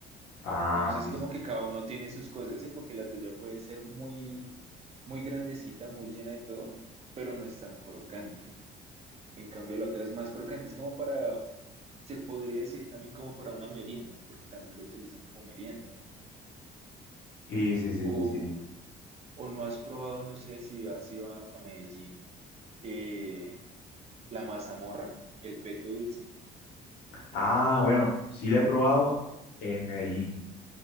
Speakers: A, on the left (about 85°); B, on the right (about 40°).
A: Ah,
B: Entonces,
A: sí,
B: como
A: sí,
B: que cada uno tiene sus cosas, sí, porque la tuya puede ser muy, muy grandecita, muy llena de todo, pero no es tan crocante. En cambio, la otra es más crocante, es como para, se podría decir también como para una merienda, porque también lo utilizan como merienda.
A: y sí, sí,
B: O,
A: sí, sí.
B: o no has probado, no sé si has ido a, a Medellín, eh, la mazamorra, el peto dulce.
A: Ah, bueno, sí la he probado en Medellín,